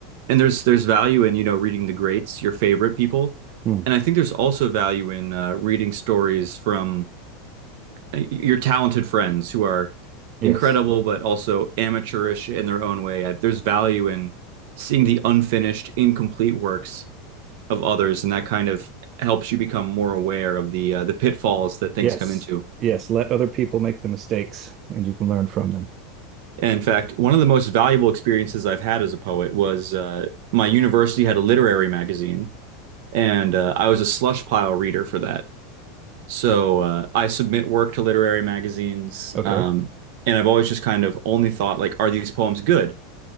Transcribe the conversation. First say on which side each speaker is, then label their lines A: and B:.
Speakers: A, on the right (about 70°); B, on the right (about 40°).
A: and there's there's value in, you know, reading the greats, your favorite people.
B: Hmm.
A: And I think there's also value in uh, reading stories from uh, your talented friends who are
B: Yes,
A: incredible but also amateurish in their own way. I, there's value in seeing the unfinished, incomplete works of others, and that kind of helps you become more aware of the uh, the pitfalls that things
B: yes,
A: come into.
B: yes. Let other people make the mistakes, and you can learn from them.
A: In fact, one of the most valuable experiences I've had as a poet was uh, my university had a literary magazine, and uh, I was a slush pile reader for that. So uh, I submit work to literary magazines,
B: Okay.
A: um, and I've always just kind of only thought like, are these poems good?